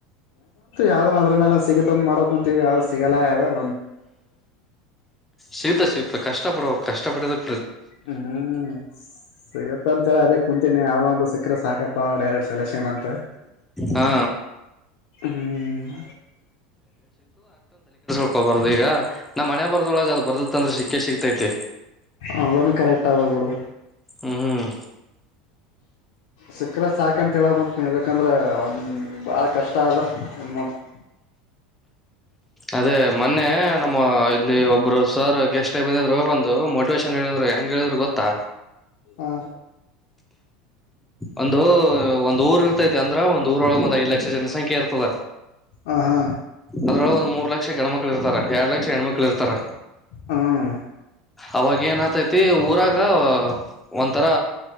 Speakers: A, on the left; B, in the centre.
A: ಯಾವ್ದೋ ಅದ್ರ ಮೇಲೆ ಸಿತ ಅ ಮಾಡಕ ಕುಂತೀ ಯಾವ್ ಸಿಗಲ್ಲ ಯಾವ್ದದು
B: ಸಿಗ್ತ ಸಿಗ್ತ ಕಷ್ಟ ಪಡುವ ಕಷ್ಟ ಪಡದಕ್
A: ಹ್ಮ್ ಹ್ಮ್ ಸ ಇತ್ತ ಅಂತೇಳಿ ಅದೇ ಕುಂತೀನನೆ ಯಾವ್ದೋ ಒಂದು ಸಕ್ಕರೆ ಸಾಕಪ್ಪ ಪ್ಪಾ ಡೈರೆಟ್ ಸೆಲೆಕ್ಷನ್ ಅಂತ
B: ಹಾ
A: ಹ್ಮ್
B: ಹಗೋಬಾರದು ಈಗ ನಾ್ ಮನೆ ಬದೊಳಗೆ ಅದು ಬರ್ದತ್ತ ಅಂದ್ರ ಸಿಕ್ಕೆ ಸಿಕ್ತೈತಿ
A: ಅದನ್ನು ಕರೆಕ್ಟ್ ಆ ಬಿಡು
B: ಹ್ಮ್
A: ಸಕ್ಕ್ರ ಸಾಕಂತ ಹೇಳಂತ ಯದಾಕಂದ್ರೆ ಒನ್ ಬಾಳ ಕಷ್ಟ ಆದ ಏನ್ ಮಾಡ್ತ
B: ಅದೇ ಮೊನ್ನೆ ನಮ್ಮ ಇಲ್ಲಿ ಒಬ್ರು ಸರ್ ಗೆಸ್ಟ್ಬಂದಿದ್ರು ಒಂದು ಮೋಟಿವೇಶನ್ ಹೇಳಿದ್ರು ಹೆಂಗ್ ಹೇಳಿದ್ರೆ ಗೊತ್ತಾ
A: ಹಾ
B: ಒಂದು ಒಂದ್ ಊರ್ ಇರ್ತೈತಿ ಅಂದ್ರ ಒಂದ್ ಊರೊಳಗೆ ಒಂದ್ ಐ ಲಕ್ಷ ಜನಸಂಖ್ಯೆ ಇರ್ತದ
A: ಹ ಹಾ
B: ಅದ್ರೊಳಗೆ ಒಂದ್ ಮೂರ್ ಲಕ್ಷ ಗಣ್ಮಕ್ಳು ಇರ್ತಾರೆ ಎರಡ್ ಲಕ್ಷ ಹೆಣ್ಮಕ್ಳು ಇರ್ತಾರ
A: ಹ್ಮ್
B: ಅವಾಗ ಏನ ತಿ ಊರಾಗ ಒಂಥರ